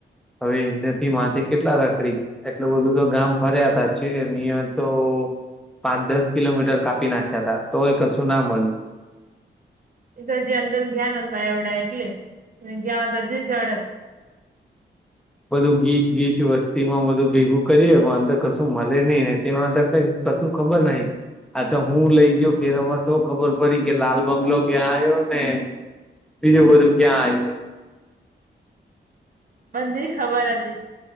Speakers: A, in the centre; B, on the right.
A: હવે એનાથી માથે કેટલા રકડી એટલું બધું તો ગામ ફર્યા ત છે ની ય તો પાંચ દસ કિલોમીટર કાપી નાખ્યા તા તો એ કશું ના મળ્યું
B: એ તો જે અંદર ગ્યા ન તા એવડા એટલે એ ગયા હતા જે જડત
A: બધું ગીચ ગીચ વસ્તી માં બધું ભેગું કરીએ પણ અંદર કશું મળે નહી ને તેમાં કઈ ક તું ખબર નહિ આ તો હું લઇ ગયો ફેરવવા તો ખબર પડી કે લાલ બંગલો ક્યાં આવ્યો ને બીજું બધું ક્યાં આયું
B: બધી ખબર હતી